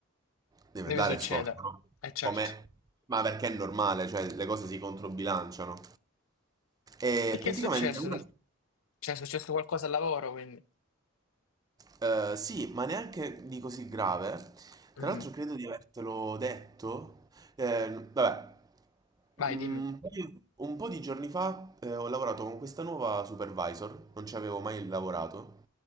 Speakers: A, on the right; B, on the left.
A: Devi
B: Deve
A: andare
B: succedere,
A: storto, no?
B: è certo.
A: Come? Ma perché è normale, cioè le cose si controbilanciano. E
B: E che
A: praticamente
B: è successo?
A: una...
B: Cioè, è successo qualcosa al lavoro, quindi.
A: eh, sì, ma neanche di così grave.
B: Mm,
A: Tra l'altro credo di avertelo detto. Eh, vabbè,
B: Vai,
A: un
B: dimmi.
A: po' di un po' di giorni fa eh, ho lavorato con questa nuova supervisor, non ci avevo mai lavorato